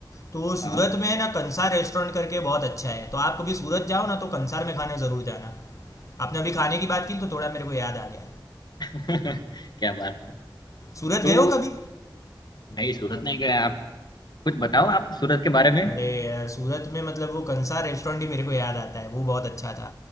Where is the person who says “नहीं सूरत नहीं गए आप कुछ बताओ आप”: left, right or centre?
Left